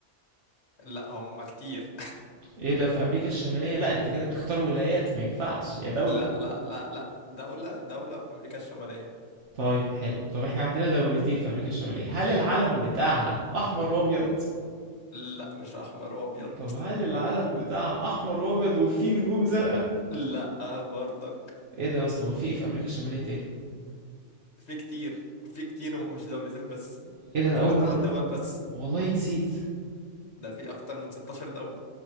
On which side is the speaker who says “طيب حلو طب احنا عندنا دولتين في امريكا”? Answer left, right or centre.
Right